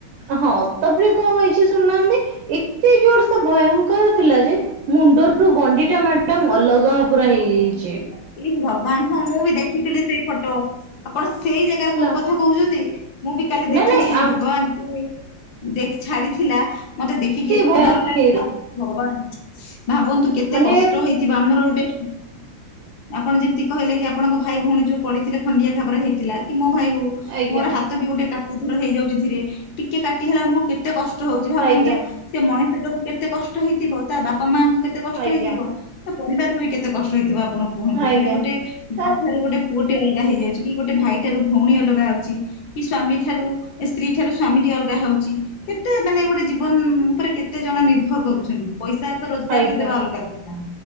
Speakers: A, on the right; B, on the left.
A: ଅ ହଁ ତାପରେ କଣ ହେଇଚି ଶୁଣୁନାହାନ୍ତି, ଏତେ ଜୋର ସେ ଭୟଙ୍କର ଥିଲା ଯେ ମୁଣ୍ଡରୁ ଗଣ୍ଡିଟା ମାଡାମ ଅଲଗା ପୁରା ହେଇଯାଇଚି।
B: ଏ ଭଗବାନ ହଁ ମୁଁ ବି ଦେଖିଥିଲି ସେଇ ଫଟୋ। ଆପଣ ସେଇ ଜାଗାରେ
A: ହେଲା।
B: କ-କଥା କହୁଛନ୍ତି ମୁଁ ବି କାଲି ଦେଖିଛି
A: ନାଇଁ ନାଇଁ
B: ଏଇ
A: ଆମ୍
B: ଭଗବାନ୍ <unintelligible> ଦେଖ ଛାଡିଥିଲା ମତେ ଦେଖିକି ଏତେ
A: ଭୟାନକ
B: ଡର ଲାଗିଲା
A: ହେଇଥିଲା
B: ଆଉ ଭଗବାନ ଭାବନ୍ତୁ କେତେ
A: ମାନେ
B: କଷ୍ଟ ହେଇଥିବ ଆମର ଗୋଟେ ଆପଣ ଯେମିତି କହିଲେ କି ଆପଣଙ୍କ ଭାଇ ଭଉଣୀ ଯୋଉ ପଡ଼ିଥିଲେ ଖଣ୍ଡିଆ ଖାବର ହେଇଥିଲା କି ମୋ ଭାଇ ହୋଉ
A: ଆଜ୍ଞା।
B: ମୋର ହା ତ ବି ଗୋଟେ କାଟି ଥର ହେଇଯାଉଛି ଧୀରେ ଟିକେ କାଟି ହେଲା ଆମକୁ କେତେ କଷ୍ଟ ହଉଛି ଭାବନ୍ତୁ।
A: ଆଜ୍ଞା
B: ସେ ମଣିଷ ଟାକୁ କେତେ କଷ୍ଟ ହେଇଥିବ ତା ବାପା ମାଙ୍କ କେତେ କଷ୍ଟ
A: ଆଜ୍ଞା
B: ହେଇଥିବ ତ ପରିବାରକୁ ବି କେତେ କଷ୍ଟ ହେଇଥିବ ଆପଣ କୁହନ୍ତୁ
A: ଆଜ୍ଞା।
B: ମାନେ ଗୋଟେ
A: ତା
B: ମା ଟା ର ଗୋଟେ ପୁଅଟି ଅଲଗା ହେଇଯାଉଛି କି ଗୋଟେ ଭାଇ ଠାରୁ ଭଉଣୀ ଅଲଗା ହଉଛି। କି ସ୍ଵାମୀ ଠାରୁ ଏ ସ୍ତ୍ରୀ ଠାରୁ ସ୍ଵାମୀ ଟି ଅଲଗା ହଉଛି। କେତେ ମାନେ ଗୋଟେ ଜୀବନ ଉପରେ କେତେ ଜଣ ନିର୍ଭର କରୁଛନ୍ତି। ପଇସା ତ ରୋଜଗାର
A: ଆଜ୍ଞା
B: କରିଦବା ଅଲଗା କଥା